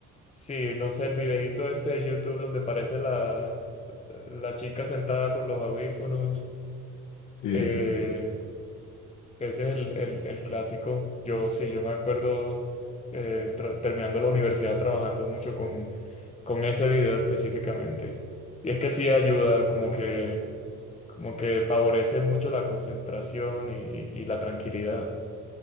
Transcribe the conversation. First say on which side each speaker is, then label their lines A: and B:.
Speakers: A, on the left; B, on the left.
A: Sí, no sé, el videito este de YouTube donde aparece la, la chica sentada con los audífonos.
B: Sí,
A: eh,
B: es el-
A: ese es el, el- el clásico. Yo sí, yo me acuerdo eh, tra- terminando la universidad trabajando mucho con, con ese video específicamente. Y es que sí ayuda, como que, como que favorece mucho la concentración y, y- y la tranquilidad.